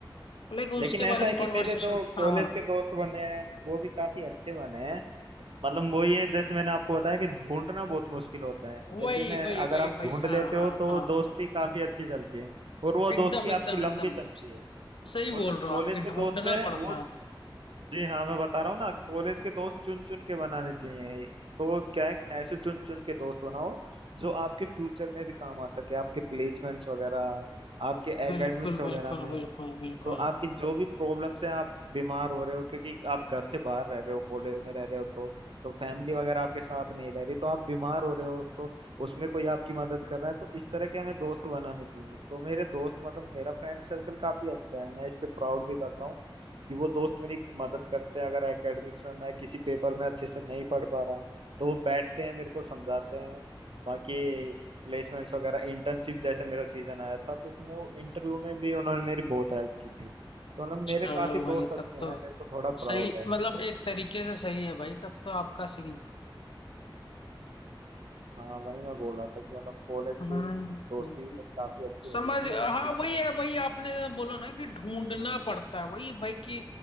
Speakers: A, on the left; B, on the right.
A: लाइक उसके
B: लेकिन ऐसा
A: बारे में
B: है
A: कॉन्वर्सेशन
B: कि मेरे जो कॉलेज
A: हाँ हाँ
B: के दोस्त बने हैं वो भी काफी अच्छे बने हैं मतलब वो ये जैसे मैंने आपको बताया कि ढूंढना बहुत मुश्किल होता है
A: वही
B: लेकिन
A: वही
B: अगर
A: वही
B: आप
A: भाई
B: ढूंढ
A: हाँ
B: लेते
A: हाँ
B: हो तो
A: हाँ
B: वो दोस्ती काफी अच्छी चलती है और वो दोस्ती
A: एकदम एकदम
B: आपकी लंबी
A: एकदम
B: चलती है
A: सही
B: और
A: बोल
B: जो
A: रहे
B: कॉलेज
A: हो आपके
B: के दोस्त
A: ढूंढना
B: हैं
A: पड़ता
B: वो
A: है
B: जी हाँ मैं बता रहा हूँ ना कॉलेज के दोस्त चुन चुन के बनाने चाहिए तो क्या है ऐसे चुन चुन के दोस्त बनाओ जो आपके फ्यूचर में भी काम आ सके आपके प्लेसमेंट्स वगैरह आपके एकेडमिक्स
A: बिल्कुल
B: वगैरह
A: बिल्कुल
B: में
A: बिल्कुल बिल्कुल
B: तो आपकी जो भी प्रॉब्लम्स हैं आप बीमार हो रहे हो क्योंकि आप घर से बाहर रह रहे हो कॉलेज में रह रहे हो तो तो फैमिली वगैरह आपके साथ नहीं रह रही तो आप बीमार हो रहे हो तो उसमें कोई आपकी मदद कर रहा है तो इस तरह के हमें दोस्त बनाने चाहिए तो मेरे दोस्त मतलब मेरा फ्रेंड सर्कल काफी अच्छा है मैं इस पे प्राउड भी करता हूँ कि वो दोस्त मेरी मदद करते हैं अगर एकेडमिक्स में मैं किसी पेपर में अच्छे से नहीं पढ़ पा रहा तो वो बैठते हैं मेरे को समझाते हैं बाकी प्लेसमेंट्स वगैरह इंटर्नशिप जैसे मेरा सीजन आया था तो उसमें वो इंटरव्यू में भी उन्होंने मेरी बहुत हेल्प की थी तो मतलब मेरे
A: चलो
B: काफी
A: भाई
B: दोस्त अच्छे
A: तब
B: हैं
A: तो
B: मेरे को थोड़ा प्राउड
A: सही
B: है
A: मतलब एक तरीके से सही है भाई तब तो आपका सीन
B: हाँ वही मैं बोल रहा था कि मतलब कॉलेज
A: हम्म
B: की दोस्ती मतलब काफी अच्छी
A: समझ
B: हो चुकी
A: हाँ
B: है स्कूल की
A: वही
B: तो।
A: है वही आपने जैसा बोला ना कि ढूंढना पड़ता है वही भाई कि